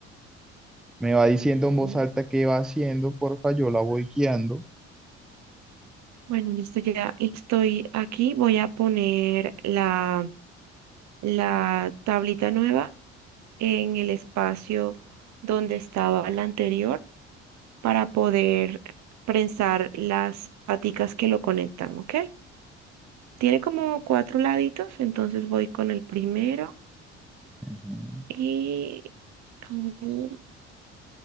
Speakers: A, in the centre; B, on the right (about 55°).
A: Me va diciendo en
B: Mm.
A: voz alta qué va haciendo, porfa, yo la voy guiando.
B: Bueno, listo, ya estoy aquí. Voy a poner la, la tablita nueva en el espacio donde estaba la anterior para poder prensar las paticas que lo conectan, ¿ok? Tiene como cuatro laditos, entonces voy con el primero
A: Ujú,
B: y a ver,